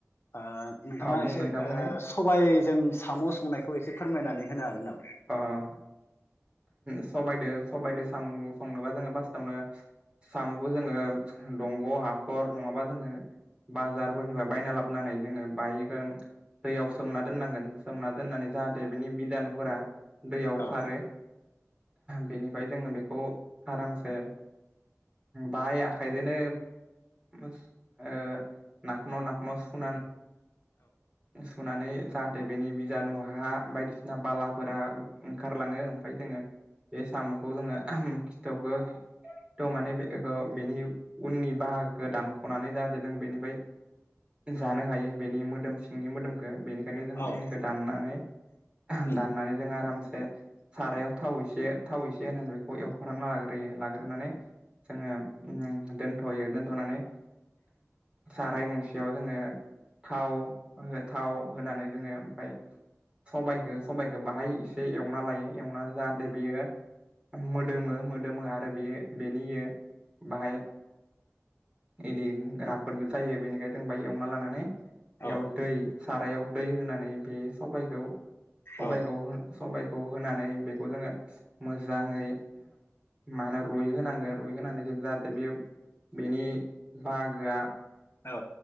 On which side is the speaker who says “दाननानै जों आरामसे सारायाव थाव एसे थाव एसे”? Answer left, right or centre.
Right